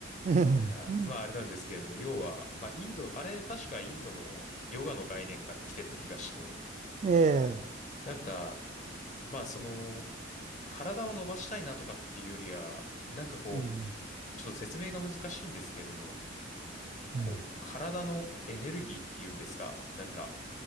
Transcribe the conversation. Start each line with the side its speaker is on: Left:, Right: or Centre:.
Right: ええ
Left: なんか、まああれなんですけれども、要は、まあインド、あれ確かインドのヨガの概念から来てた気がして、
Right: <laughs> ええ
Left: なんか、まあその、体を伸ばしたいなとかっていうよりは、なんかこう、
Right: うん
Left: ちょっと説明が難しいんですけれども、こう、
Right: うん
Left: 体のエネルギーっていうんですかなんか、